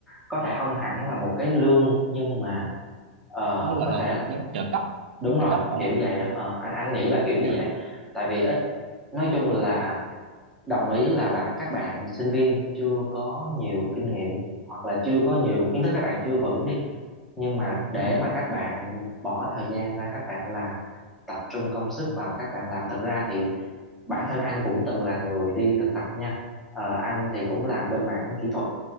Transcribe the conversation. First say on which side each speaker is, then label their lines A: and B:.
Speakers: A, in the centre; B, on the right.
A: có thể không hẳn là một cái lương nhưng mà ờ,
B: nó gọi
A: có
B: là
A: thể
B: giống trợ cấp
A: đúng
B: giống trợ
A: rồi
B: cấp phải
A: kiểu
B: không anh
A: vậy đó ờ, anh anh nghĩ là kiểu như
B: dạ
A: vậy tại vì ít nói chung là đồng ý là bạn các bạn sinh viên chưa có nhiều kinh nghiệm hoặc là chưa có nhiều kiến thức các bạn chưa vững đi nhưng mà để
B: ừ
A: mà các bạn bỏ thời gian ra các bạn làm tập trung công sức vào các bạn làm thật ra thì bản thân anh cũng từng là người đi thực tập nha ờ, anh thì cũng làm bên mảng kỹ thuật